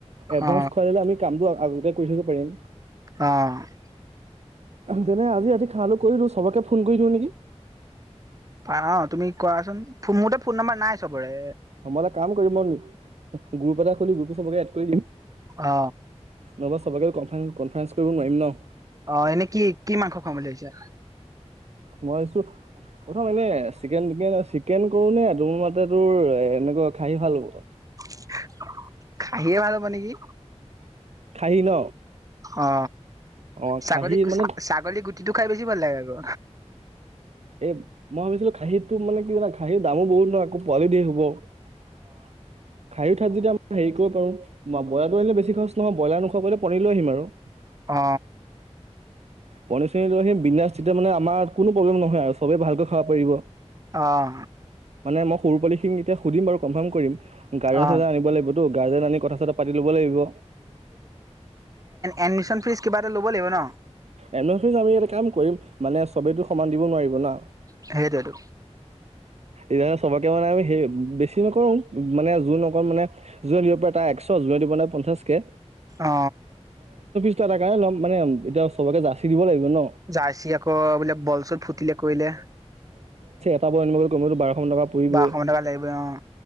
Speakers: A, on the right (about 70°); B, on the right (about 30°).
A: অদ্ভান্স
B: অ
A: খুৱাই দিলে আমি কামটো আগতে। <unintelligible> কৰি থব পাৰিম।
B: অ
A: তেনে আজি ৰাতি চালু কৰি দিও। সবকে ফোন কৰি দিওঁ নেকি?
B: আহা তুমি কোৱাচোন। ফোনমোৰতে ফোন নাম্বাৰ নাই চবৰে।
A: মই এটা কাম কৰিম মই। গুৰুপ এটা খুলি গুৰুপটো সবকে এড কৰি দিম।
B: অ
A: নহবা সবকে কনফাৰেন কনফাৰেন্ঞ্চ কৰিব নোৱাৰিম ন।
B: অ এনে কি কি মাংস খুৱাম বুলি ভাবিছা?
A: মই আছো। প্ৰথম এনে চিকেন টিকেন চিকেন কৰো নে? তোৰ মাতে তোৰ এ এনেকুৱা খাই ভাল পাবা।
B: <unintelligible> <inaudible> নিয়া ভাল হ'ব নেকি?
A: সি ন।
B: অ
A: অ
B: ছাগলী
A: খাহী মানে
B: ছাগলী গুটিটো খাই বেছি ভাল লাগে আকৌ।
A: এ মই ভাবিছিলো খাঁহীটো মানে কি জানা খাঁহীৰ দামো বহুত নহয়। আকৌ পোৱালি দিয়ে এহোপাও। <unintelligible> খাই উঠাত যেতিয়া আম সেই কৰিব পাৰো। ম ব্ৰইলাটো আনিলে বেছি খৰছ নহয়। ব্ৰইলাৰ নোখোৱাকৈলে পনিৰ লৈ আহিম আৰু। <unintelligible>
B: অ।
A: পনীৰ চনীৰ লৈ আহিম। বিন্দাস তেতিয়া মানে আমাৰ কোনো প্ৰব্লেম নহয় আৱ চবে ভালকৈ খাব পাৰিব।
B: অহ।
A: মানে মই সৰু পোৱালীখিনি এতিয়া সুধিম বাৰু কনফাৰ্ম কৰিম। গাজা
B: অ
A: চাযা আনিব লাগিবতো। গাজা আনি কথা চথা পাতি লব লাগিব।
B: এডমি্ছন ফিচ কিবা এটা ল'ব লাগিব ন।
A: এন অ চি ত আমি এটা কাম কৰিম। মানে চবেইটো সমান দিব নোৱাৰিব না।
B: সেইটোৱেতো
A: এতিয়া চবকে মানে আমি। সেই বেছি নকৰোঙ। মানে জুন অকল মানে জোনে দিব পাৰে তাৰ একশ। জোনে দিব নাই পঞ্চাশ কে।
B: অ।
A: একশ টকাই ল'ম। মানে এতিয়া সৱকে যাচি দিব লাগিব। ন
B: যাৰছি আকৌ বোলে বল সুত ফুটিলে কৰিলে।
A: খোৱা বোৱা আনিব কমোও বাৰশ মান টকা পৰিবই।
B: বা এশ মান টকা লাগিব অ